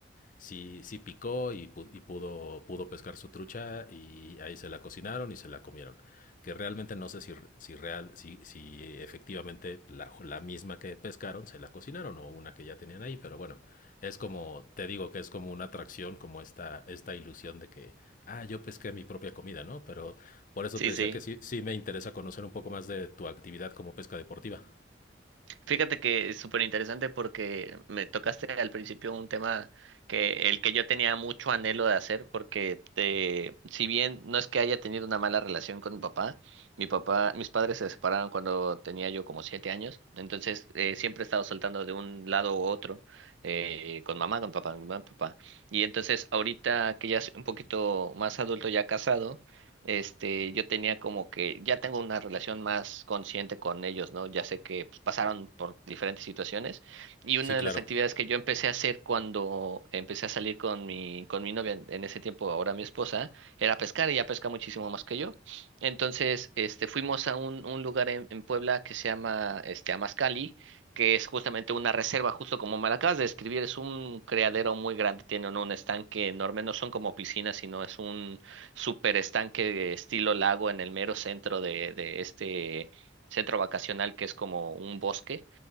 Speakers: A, on the left; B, on the right.
A: sí, sí picó y, pu- y pudo, pudo pescar su trucha y ahí se la cocinaron y se la comieron. Que realmente no sé si, si, real, si, si efectivamente la, la misma que pescaron se la cocinaron o una que ya tenían ahí, pero bueno, es como, te digo que es como una atracción, como esta, esta ilusión de que, ah, yo pesqué mi propia comida, ¿no? Pero por eso
B: Sí,
A: te decía
B: sí.
A: que sí, sí me interesa conocer un poco más de tu actividad como pesca deportiva.
B: Fíjate que es súper interesante porque me tocaste al principio un tema que el que yo tenía mucho anhelo de hacer porque te, si bien no es que haya tenido una mala relación con mi papá, mi papá, mis padres se separaron cuando tenía yo como siete años, entonces eh, siempre he estado soltando de un lado u otro eh, con mamá, con papá, con mamá, papá. Y entonces ahorita que ya soy un poquito más adulto, ya casado. este, yo tenía como que, ya tengo una relación más consciente con ellos, ¿no? Ya sé que pues, pasaron por diferentes situaciones y
A: Sí,
B: una de
A: claro.
B: las actividades que yo empecé a hacer cuando empecé a salir con mi, con mi novia en, en ese tiempo, ahora mi esposa, era pescar, ella pesca muchísimo más que yo. Entonces, este, fuimos a un, un lugar en, en Puebla que se llama, este, Amazcali. que es justamente una reserva, justo como me la acabas de describir, es un criadero muy grande, tienen un estanque enorme, no son como piscinas, sino es un, super estanque de estilo lago en el mero centro de, de este centro vacacional que es como un bosque.